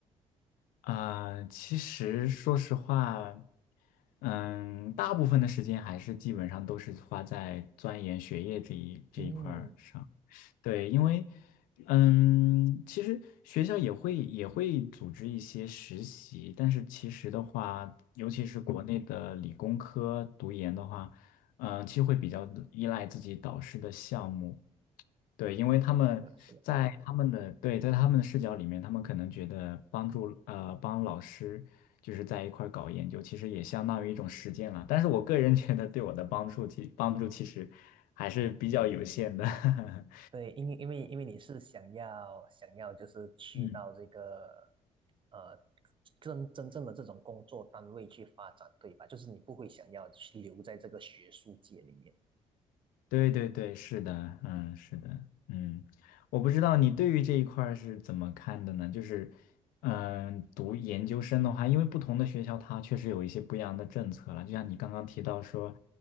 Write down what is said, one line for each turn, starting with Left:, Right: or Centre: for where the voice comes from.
Left: 呃，其实说实话，嗯，大部分的时间还是基本上都是花在钻研学业这一这一块儿上。
Right: 嗯，
Left: 对，因为，嗯，其实学校也会也会组织一些实习，但是其实的话，尤其是国内的理工科读研的话，嗯、其实会比较依赖自己导师的项目。对，因为他们在嗯他们的对，
Right: 是的，是的，
Left: 在他们的视角里面，他们可能觉得帮助呃帮老师就是在一块儿搞研究，其实也相当于一种实践了。但是我个人觉得对我的帮助其帮助其实还是比较有限的。<laughs>
Right: 对，因为因为因为你是想要想要就是去到这个
Left: 嗯
Right: 呃真真正的这种工作单位去发展，对吧？就是你不会想要去留在这个学术界里面。
Left: 对对对，是的，嗯，是的，嗯，我不知道你对于这一块儿是怎么看的呢？就是，嗯，读研究生的话，因为不同的学校它确实有一些不一样的政策了，就像你刚刚提到说，